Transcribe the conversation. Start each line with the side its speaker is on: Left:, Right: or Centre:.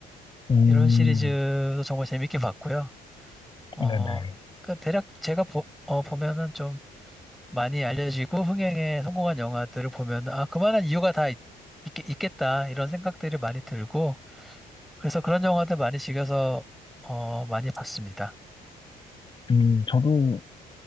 Left: 음,
Centre: 이런 시리즈도 정말 재밌게 봤고요. 어,
Left: 네네.
Centre: 그 대략 제가 보, 어, 보면은 좀 많이 알려지고 흥행에 성공한 영화들을 보면 아 그만한 이유가 다 있, 겠다 이런 생각들이 많이 들고 그래서 그런 영화들 많이 즐겨서 어, 많이 봤습니다.
Left: 음, 저도